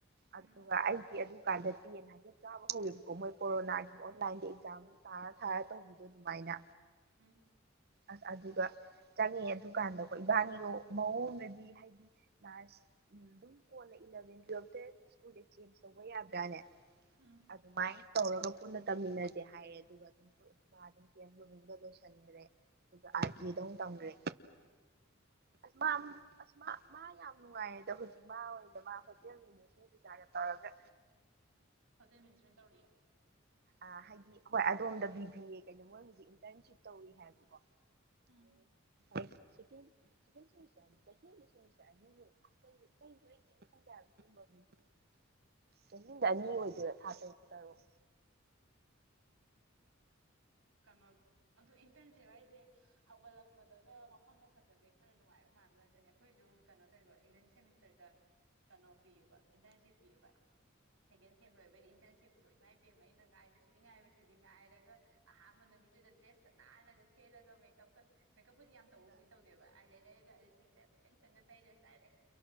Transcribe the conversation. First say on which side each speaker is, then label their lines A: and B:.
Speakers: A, on the right; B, on the right.
A: ꯑꯗꯨꯒ
B: ꯎꯝ
A: ꯑꯩꯒꯤ ꯑꯗꯨꯀꯥꯟꯗ ꯇꯦꯟ ꯍꯥꯏꯐꯦꯠ ꯀꯥꯕ ꯍꯧꯔꯤꯕꯀꯣ ꯃꯣꯏ ꯀꯣꯔꯣꯅꯥꯒꯤ ꯑꯣꯟꯂꯥꯏꯟꯗ ꯑꯦꯛꯖꯥꯝ ꯇꯥ ꯊꯔ ꯊꯔ ꯇꯧꯕꯤꯗꯣ ꯑꯗꯨꯃꯥꯏꯅ
B: ꯎꯝ
A: ꯑꯁ ꯑꯗꯨꯒ ꯆꯪꯉꯦ ꯑꯗꯨꯀꯥꯟꯗꯀꯣ ꯏꯕꯥꯅꯤꯗꯣ ꯃꯑꯣꯡꯅꯗꯤ ꯍꯥꯏꯗꯤ ꯀ꯭ꯂꯥꯁ ꯑꯗꯨꯝ ꯀꯣꯟꯂ ꯏꯂꯚꯦꯟ ꯇꯨꯋꯦꯜꯐꯇ ꯁ꯭ꯀꯨꯜ ꯑꯦ ꯆꯦꯟꯖ ꯇꯧ ꯇꯧꯕ ꯌꯥꯗꯥꯏꯅꯦ
B: ꯎꯝ
A: ꯑꯗꯨꯃꯥꯏ ꯇꯧꯔꯒ ꯄꯨꯟꯅ ꯇꯝꯃꯤꯟꯅꯁꯦ ꯍꯥꯏꯔꯦ ꯑꯗꯨꯒ ꯑꯗꯨꯝ ꯃꯥ ꯑꯗꯨꯝ ꯀꯦ ꯑꯦꯝ ꯔꯨꯕꯤꯟꯗ ꯂꯣꯏꯁꯟ ꯭ꯔꯦ ꯑꯗꯨꯒ ꯑꯥꯔꯇꯤꯗꯧ ꯇꯝꯈ꯭ꯔꯦ
B: ꯎꯝ
A: ꯑꯁ ꯃꯥ ꯑꯁ ꯃꯥ ꯃꯥ ꯌꯥꯝ ꯅꯨꯡꯉꯥꯏꯔꯦꯗꯥ ꯍꯧꯖꯤꯛ ꯃꯥ ꯑꯣꯏꯅ ꯃꯥ ꯍꯣꯇꯦꯜ ꯃꯦꯅꯦꯖꯃꯦꯟꯒꯤꯒꯔꯥ ꯇꯧꯔ ꯇꯧꯒ
B: ꯍꯣꯇꯦꯜ ꯃꯦꯅꯦꯖꯃꯦꯟ ꯇꯧꯔꯤꯌꯦ
A: ꯑ ꯍꯥꯏꯗꯤ ꯑꯩꯈꯣꯏ ꯑꯗꯣꯝꯗꯒꯤ ꯕꯤ ꯑꯦ ꯀꯩꯅꯣ ꯃꯣꯏ ꯍꯧꯖꯤꯛ ꯏꯟꯇꯔꯟꯁꯤꯞ ꯇꯧꯔꯤ ꯍꯥꯏꯕꯀꯣ
B: ꯎꯝ
A: <unintelligible> ꯁꯦꯀꯦꯟ ꯁꯤꯝꯃꯤꯁꯇꯔ ꯆꯍꯤ ꯑꯃꯗ ꯁꯤꯝꯃꯤꯁꯇꯔ ꯑꯅꯤ ꯂꯩꯕꯥꯀꯣ ꯀꯩꯒꯤ ꯀꯩꯒꯤꯅꯣ ꯑꯩ ꯀꯩꯃ ꯈꯪꯗꯦ ꯍꯥꯏꯕꯥ ꯆꯍꯤꯗ ꯑꯅꯤ ꯑꯣꯏꯗꯣꯏꯔꯥ ꯊꯥ ꯇꯔꯨꯛ ꯇꯔꯨꯛ
B: ꯀꯟꯅꯣ ꯑꯗꯨ ꯏꯟꯇꯔꯟ ꯁꯦ ꯍꯥꯏꯁꯦ ꯍꯧꯒꯠꯂꯛꯄꯗ ꯂꯣꯏꯔꯦ ꯃꯐꯝꯒ ꯐꯖꯕꯩ ꯈꯔ ꯅꯨꯡꯉꯥꯏꯕꯩ ꯃꯥꯟꯕ ꯈꯇꯅꯦ ꯑꯩꯈꯣꯏꯁꯨ ꯀꯩꯅꯣ ꯇꯧ ꯏꯚꯦꯟ ꯁꯦꯃꯤꯁꯇꯔꯗ ꯇꯔꯝ ꯃꯥ ꯄꯤꯌꯦꯕ ꯏꯟꯇꯔꯟꯁꯤꯄ ꯄꯤꯌꯦꯕ ꯁꯦꯀꯦꯟ ꯁꯦꯝ ꯂꯣꯏꯕꯗꯤ ꯏꯟꯇꯔꯟꯁꯤꯞꯇꯣ ꯏꯃꯥꯏ ꯄꯦꯝꯃ ꯑꯩꯅ ꯉꯥꯏꯕꯁꯤꯗꯤ ꯉꯥꯏꯕꯁꯤꯗꯤ ꯉꯥꯏꯔꯒ ꯑꯍꯥꯟꯕꯥ ꯅꯨꯃꯤꯠꯇꯨꯗꯥ ꯗ꯭ꯔꯦꯁ ꯀ ꯅꯥꯥꯟꯅꯥꯒ ꯁꯦꯠꯂꯒ ꯃꯦꯀꯞꯀ ꯃꯦꯀꯞꯄꯨꯗꯤ ꯌꯥꯝ ꯇꯧꯕꯕꯨꯗꯤ ꯇꯧꯗꯦꯕ ꯑꯥꯏ ꯂꯥꯏꯅꯔꯒ ꯑꯥꯏ ꯂꯤꯞꯁꯇꯤꯛꯇ ꯈꯤꯇꯪ ꯇ꯭ꯪꯉꯥ ꯇꯩꯔ ꯆꯥꯠꯂꯦ